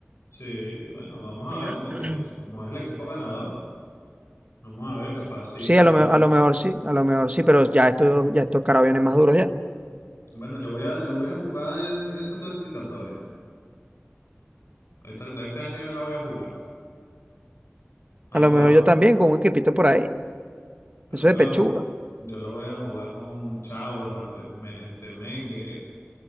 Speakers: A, on the left; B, on the right.
A: Sí, bueno, vamos a
B: <clears throat>
A: ver, porque es- como es el equipo ganador, vamos a ver, capaz sí,
B: Sí,
A: capaz
B: a lo, me- a
A: no.
B: lo mejor sí, a lo mejor sí, pero ya esto, ya estos caras vienen más duros ya.
A: Bueno, yo voy a, yo voy a jugar e- esa clasificatoria. Esta- de este año yo la voy a jugar. A
B: A
A: jugar.
B: lo mejor yo también, con un equipito por ahí.
A: Yo
B: Eso
A: la voy
B: de pechuga.
A: a, yo la voy a jugar con Chavo, no- eh, me- este, Mengue.